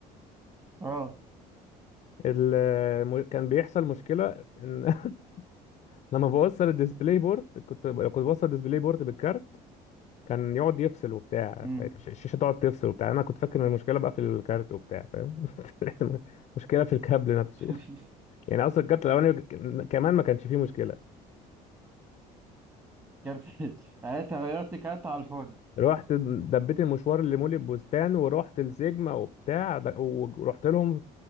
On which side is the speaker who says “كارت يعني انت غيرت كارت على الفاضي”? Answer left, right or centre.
Right